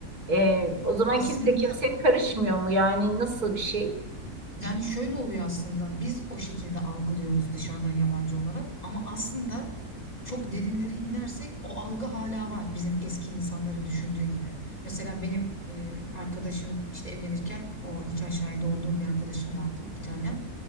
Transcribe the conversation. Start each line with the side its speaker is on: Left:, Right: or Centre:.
Right: E, o zaman
Left: Aslında
Right: kimse kimseye karışmıyor mu? Yani nasıl bir şey?
Left: Yani şöyle oluyor aslında biz o şekilde algılıyoruz dışarıdan yabancı olarak ama aslında çok derinlere inersek o algı hala var bizim eski insanların düşündüğü gibi. Mesela benim e, arkadaşım işte evlenirken o nikah şahidi olduğum bir arkadaşım vardı İtalyan.